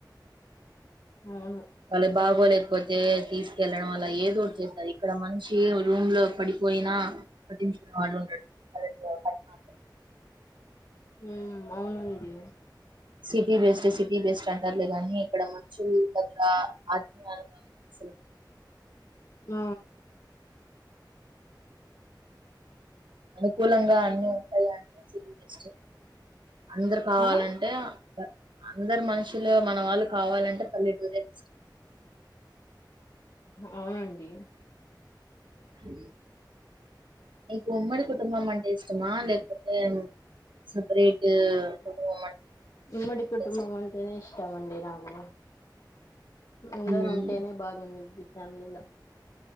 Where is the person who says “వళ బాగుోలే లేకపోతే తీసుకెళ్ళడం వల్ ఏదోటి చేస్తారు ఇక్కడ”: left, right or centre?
Right